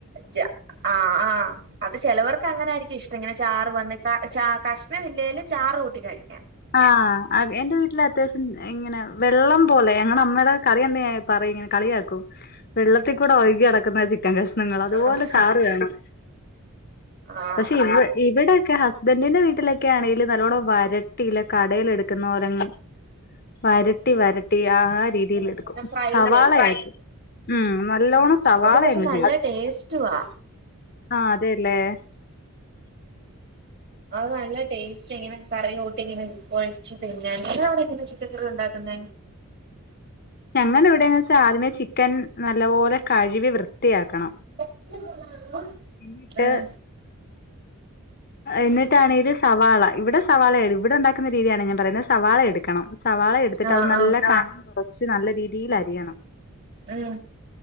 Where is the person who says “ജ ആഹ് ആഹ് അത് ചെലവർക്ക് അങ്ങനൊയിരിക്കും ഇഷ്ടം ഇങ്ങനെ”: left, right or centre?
Right